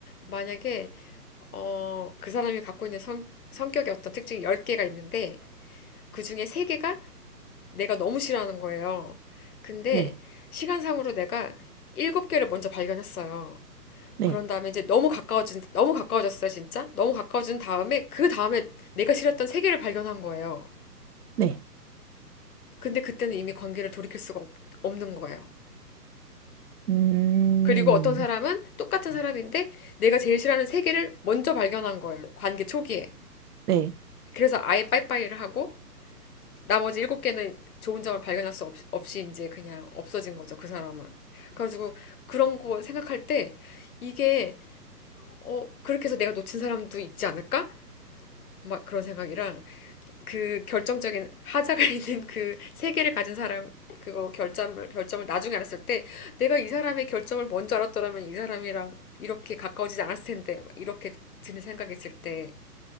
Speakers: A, on the left; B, on the right.
A: 만약에, 어, 그 사람이 갖고 있는 성, 성격의 어떤 특징이 10개가 있는데, 그 중에 3개가 내가 너무 싫어하는 거예요. 근데,
B: 네,
A: 시간상으로 내가 7개를 먼저 발견했어요.
B: 네,
A: 그런 다음에 이제 너무 가까워진, 너무 가까워졌어요, 진짜. 너무 가까워진 다음에, 그 다음에 내가 싫었던 3개를 발견한 거예요.
B: 네.
A: 근데 그때는 이미 관계를 돌이킬 수가 없, 없는 거예요.
B: 음,
A: 그리고 어떤 사람은 똑같은 사람인데 내가 제일 싫어하는 세 개를 먼저 발견한 거예요. 관계 초기에.
B: 네.
A: 그래서 아예 빠이빠이를 하고 나머지 일곱 개는 좋은 점을 발견할 수 없, 없이 이제 그냥 없어진 거죠. 그 사람은. 그래가지고 그런 거 생각할 때 이게 어, 그렇게 해서 내가 놓친 사람도 있지 않을까? 막 그런 생각이랑 그 결정적인 하자가 있는 <laughs> 그 세계를 가진 사람 그거 결점을 결점을 나중에 알았을 때 내가 이 사람의 결점을 먼저 알았더라면 이 사람이랑 이렇게 가까워지지 않았을 텐데 이렇게 드는 생각이 있을 때